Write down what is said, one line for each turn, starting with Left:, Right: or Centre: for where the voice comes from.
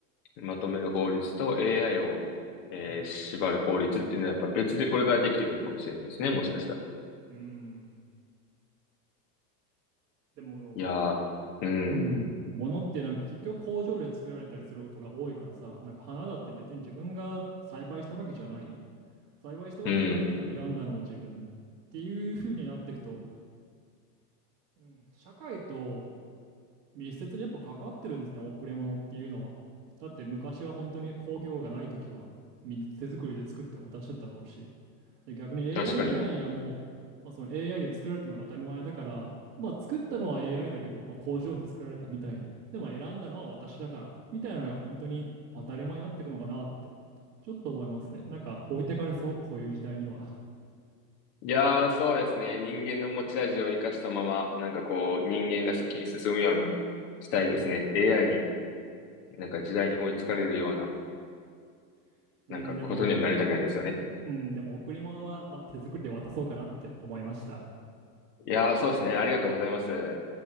Left: まとめる法律と AI を、えー縛る法律っていうのはやっぱ別でこれからできてくるかもしれないですね、
Right: うん。
Left: もしかしたら。
Right: うんでも、
Left: いやー、うん、
Right: うん。物ってなんか結局工場で作られたりすることが多いからさ、なんか花だって別に自分が栽培したわけじゃない。栽培したわけじゃないけど選んだのは自分っていう風になっていくと、
Left: うん、
Right: うん社会と密接にやっぱ関わってるんですね、贈り物っていうのは。だって昔は本当に工業がない時はみんな手作りで作って渡してたろうし。で、逆に AI
Left: 確かに。
Right: 時代にはもう、まあ、その AI で作られたのが当たり前だから、まあ、作ったのは AI だけど、まあ、工場で作られたみたいに。でも選んだのは私だから、みたいなのが本当に当たり前になっていくのかなって、ちょっと思いますね。なんか置いてかれそう、そういう時代には。
Left: いやー、そうですね。人間の持ち味を生かしたまま、なんかこう、人間が先に進むようにしたいですね。AI に、なんか時代に追いつかれるような、
Right: <laughs> うん、
Left: なんかことにはなりたくないですよね。
Right: でも、うん、でも贈り物は、まあ、手作りで渡そうかなって思いました。
Left: いやー、そうですね。ありがとうございます。